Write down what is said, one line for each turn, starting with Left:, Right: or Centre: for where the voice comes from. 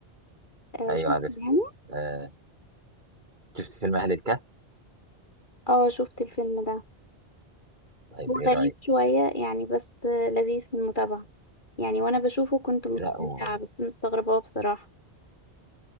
Left: آه،
Right: ايوه
Left: شفت
Right: عارف
Left: يعني
Right: آه. شفت فيلم اهل الكهف
Left: اه شفت الفيلم ده
Right: طيب
Left: هو
Right: ايه
Left: غريب
Right: رايك
Left: شوية يعني بس آه، لذيذ في المتابعة يعني وانا بشوفه كنت مستمتعة
Right: لا هو
Left: بس مستغربة بصراحة